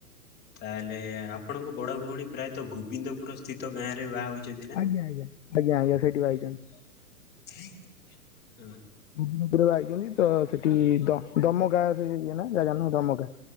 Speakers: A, on the left (about 20°); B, on the left (about 50°).
A: ତାହେଲେ ଆପ ଆପଣଙ୍କ ବଡ଼ ଭଉଣୀ ପ୍ରାୟତଃ ଗୋବିନ୍ଦପୁର ସ୍ଥିତ ଗାଁ ରେ ବାହା ହୋଇଛନ୍ତି।
B: ଆଜ୍ଞା ଆଜ୍ଞା। ଆଜ୍ଞା ଆଜ୍ଞା ସେଇଠି ବାହା ହୋଇଛନ୍ତି।
A: ହୁଁ।
B: ଗୋବିନ୍ଦପୁରରେ ବାହା ହେଇଛନ୍ତି ତ ସେଠି ଦ ଦମକା ସେ ଇଏ ନା ଜାଗା ନାଁ ଦମକା।